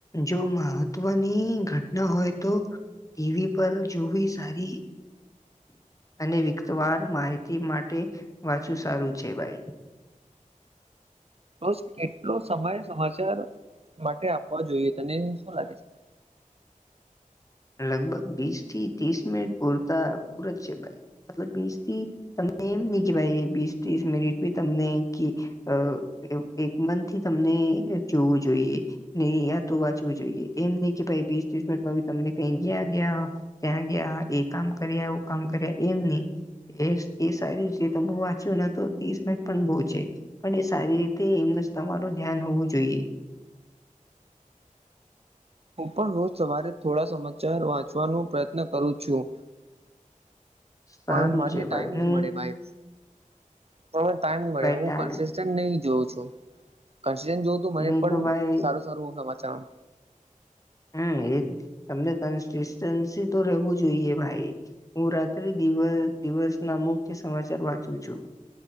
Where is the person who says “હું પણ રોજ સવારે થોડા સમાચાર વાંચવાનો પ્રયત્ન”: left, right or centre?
Right